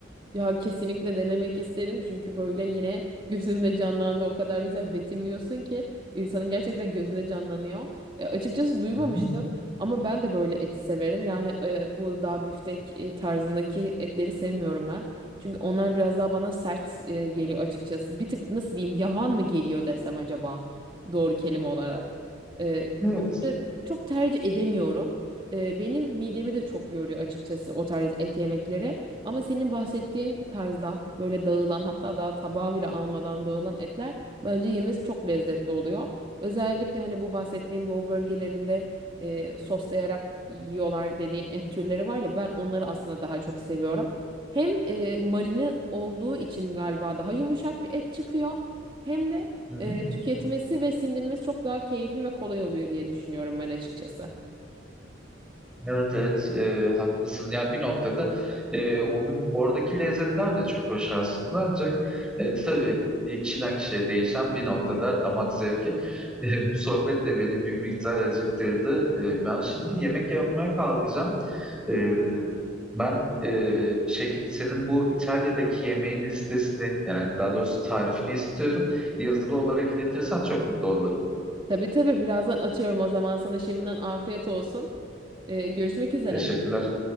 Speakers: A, on the right; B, in the centre.
A: Ya kesinlikle denemek isterim çünkü böyle yine gözümde canlandı o kadar güzel betimliyorsun ki insanın gerçekten gözünde canlanıyor. E, açıkçası duymamıştım
B: Hı hı.
A: ama ben de böyle eti severim. Yani e, bu daha biftek e, tarzındaki etleri sevmiyorum ben. Çünkü onlar biraz daha bana sert e, geliyor açıkçası. Bir tık nasıl diyeyim yavan mı geliyor desem acaba doğru kelime olarak. E,
B: Evet.
A: onları çok tercih edemiyorum. E, benim midemi de çok yoruyor açıkçası o tarz et yemekleri. Ama senin bahsettiğin tarzda böyle dağılan hatta daha tabağı bile almadan dağılan etler bence yemesi çok lezzetli oluyor. Özellikle hani bu bahsettiğin doğu bölgelerinde e, soslayarak yiyorlar dediğin et türleri var ya ben onları aslında daha çok seviyorum. Hem e, marine olduğu için galiba daha yumuşak bir et çıkıyor. Hem de
B: Hı hı.
A: e, tüketmesi ve sindirmesi çok daha keyifli ve kolay oluyor diye düşünüyorum ben açıkçası.
B: Evet evet e, haklısın ya bir noktada e, onun oradaki lezzetler de çok hoş aslında ancak e, tabii e, kişiden kişiye değişen bir noktada damak zevki E, bu sohbet de beni bir miktar acıktırdı E, ben şimdi yemek yapmaya kalkacağım Ee, ben e, şey senin bu İtalya'daki yemeğin listesini yani daha doğrusu tarifini istiyorum. Yazılı olarak iletirsen çok mutlu olurum.
A: Tabii tabii birazdan atıyorum o zaman sana şimdiden afiyet olsun. E, görüşmek üzere.
B: Teşekkürler.